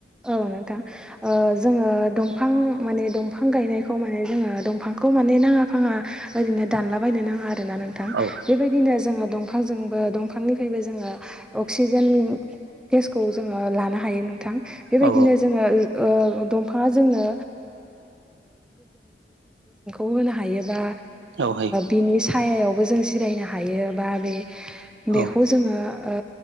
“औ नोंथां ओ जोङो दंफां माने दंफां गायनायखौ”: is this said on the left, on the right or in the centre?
Centre